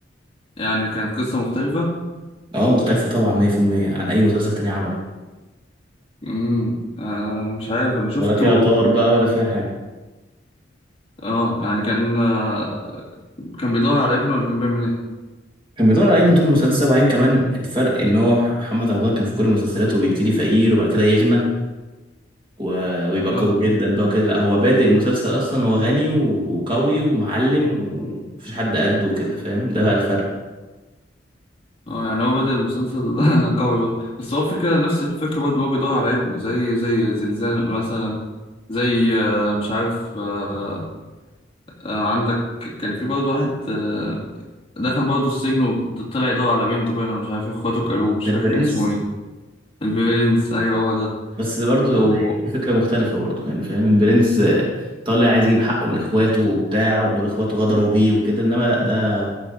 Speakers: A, on the left; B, on the right.
A: يعني كانت قصة مختلفة
B: اه مختلفة طبعا 100% عن أي مسلسل تاني عمله
A: امم آه مش عارف أنا شفته
B: ولا فيها طار بقى ولا فيها حاجة
A: اه يعني كان آه، كان بيدور على ابنه ولا كان بيعمل إيه؟
B: كان بيدور على ابنه طول المسلسل بعدين كمان الفرق إن هو مح- محمد رمضان كان في كل مسلسلاته بيبتدي فقير وبعد كده يغنى و... ويبقى
A: اه
B: قوي جدا بقى كده لا هو بادئ المسلسل اصلا هو غني وقوي ومعلم ومفيش حد قده كده فاهم ده بقى الفرق
A: اه يعني هو بدأ المسلسل <laughs> قوي برضه بس هو الفكرة نفس الفكرة برضه إن هو بيدور على ابنه زي زي زلزال مثلا زي آه، مش عارف آه، آه، عندك كان في برضه واحد آه، دخل برضه السجن وطلع يدور على بنته باين ولا مش عارف إيه، اخواته كلوه مش
B: ده
A: فاكر
B: البرنس
A: كان اسمه ايه البرنس ايوه هو ده
B: بس برضه
A: أو
B: يعني فكرة مختلفة برضه يعني فاهم البرنس آه، طالع عايز يجيب حقه من اخواته وبتاع ودول اخواته غدروا بيه وكده انما لا ده